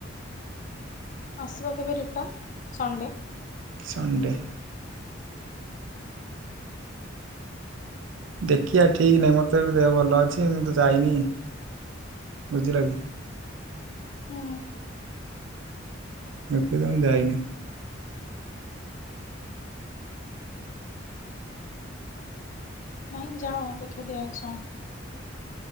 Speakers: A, on the left; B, on the right.
A: ଆସିବ କେବେ ରିଟନ୍ ସଣ୍ଡେ?
B: ସଣ୍ଡେ। ଦେଖିଆ ଠିକ୍ ନାହିଁ ମୋର ତ ଏବେ ଦେହ ଭଲ ଅଛି ମୁଁ ତ ଯାଇନି ବୁଝିଲ କି।
A: ହୁଁ
B: ଏପର୍ଯ୍ୟନ୍ତ ମୁଁ ଯାଇନି।
A: ନାଇଁ ଯାଅ ଦେଖେଇ ଦେଇ ଆସ?